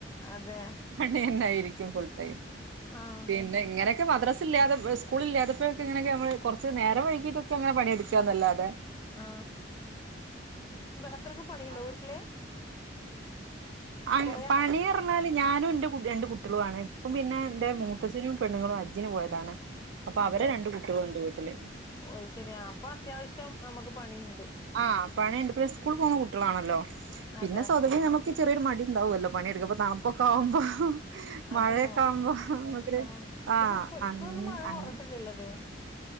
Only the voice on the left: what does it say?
അതെ
ആഹ്
ആ അത്രക്ക്
പണിണ്ടോ വീട്ടില്?
കൊറേ
ആ
അതെ
ഓ ശരിയാ അപ്പൊത്യാവശ്യം നമുക്ക് പണിയു
അതെ
അതുണ്ടാവും
ആഹ്
പിന്നെ ഇപ്പൊ ഇപ്പൊന്നും
മഴ കുറഞ്ഞിട്ടില്ലള്ളത്